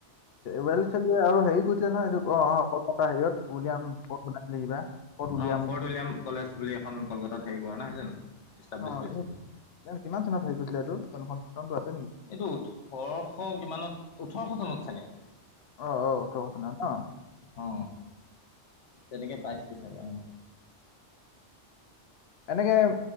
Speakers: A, on the left (about 65°); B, on the left (about 75°).
A: ৱেলছেলিয়াৰ আৰু হেৰিও কৰিছিলে নহয়, এইটো অ', অ', কলকাতা হেৰিয়ত উলিয়াম ক বনাইছিলে কিবা ক'ত উলিয়াম
B: অ', ফৰ্ড উইলিয়াম কলেজ বুলি এখন কলকাতাত হেৰি কৰা নাই জানো? ইষ্টাব্লিছ
A: অ,
B: কৰিছিলে
A: এনেই কিমান চনত হেৰি কৰিছিলে এইটো? <unintelligible>
B: এইটো ওঠৰশ কিমানত, ওঠৰশ চনত চাগে।
A: অ অ ওঠৰ চনত ন
B: অ, তেনেকৈ পাইছোঁ চাগে, অ',
A: এনেকে